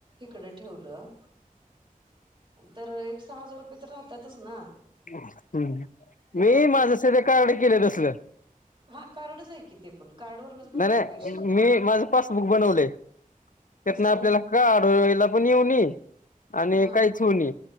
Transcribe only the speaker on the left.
हम्म
मी
माझ सध्या कार्ड केलयं तसलं
नाय, नाय
मी माझ पासबुक बनवलंय
त्यातनं आपल्याला काढायला पण येऊनी आणि
कायच होऊनी